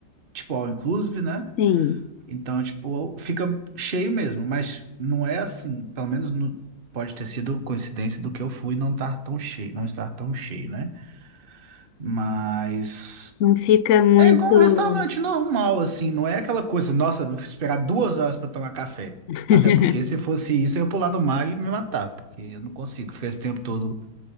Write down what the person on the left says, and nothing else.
Sim.
Não fica muito.
<laughs>